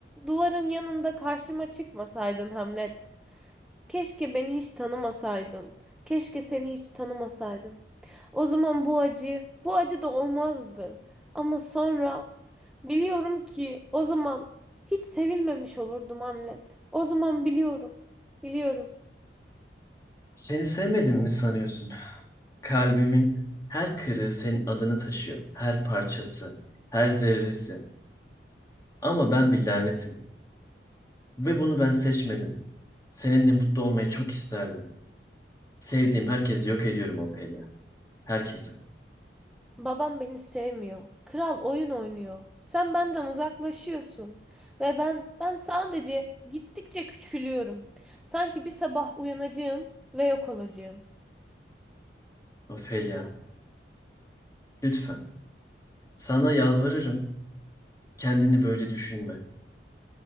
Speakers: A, in the centre; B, on the left.
A: duvarın yanında karşıma çıkmasaydın Hamlet. Keşke beni hiç tanımasaydın. Keşke seni hiç tanımasaydım. O zaman bu acı, bu acı da olmazdı. Ama sonra biliyorum ki o zaman hiç sevilmemiş olurdum Hamlet. O zaman biliyorum, biliyorum.
B: Seni sevmedim mi sanıyorsun? Kalbimin her kırığı senin adını taşıyor. Her parçası, her zerresi. Ama ben bir lanetim ve bunu ben seçmedim. Seninle mutlu olmayı çok isterdim. Sevdiğim herkesi yok ediyorum Ophelia. Herkesi.
A: Babam beni sevmiyor. Kral oyun oynuyor. Sen benden uzaklaşıyorsun ve ben ben sadece gittikçe küçülüyorum. Sanki bir sabah uyanacağım ve yok olacağım.
B: Ophelia, lütfen. Sana yalvarırım. Kendini böyle düşünme.